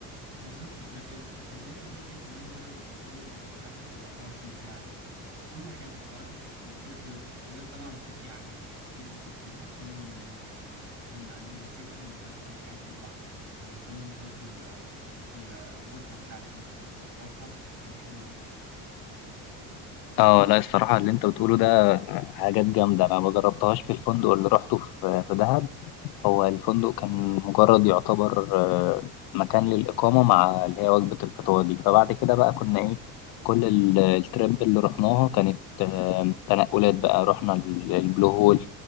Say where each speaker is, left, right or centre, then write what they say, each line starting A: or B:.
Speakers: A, on the right; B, on the left.
A: بالظبط ده كز- كذلك غير كده كمان غير الواي فاي اللي هو متاح لك ال 24 ساعة كل حاجة الصراحة كانت في أوتيل حلوة غير طبعا كان في عجل في باصات بتوصلني من من عند الريسبشن لغاية مش عارف البحر بتوصلني لغاية الغرفة بتاعتي والصراحة كانت حاجة حلوة جدا
B: اه لا الصراحة اللي انت بتقوله ده حاجات جامدة انا ما جربتهاش في الفندق اللي روحته في في دهب هو الفندق كان مجرد يعتبر آه، مكان للإقامة مع اللي هي وجبة الفطار دي فبعد كده بقى كنا إيه كل ال- التريب اللي رحناها كانت آه، تنقلات بقى رحنا ال- البلو هول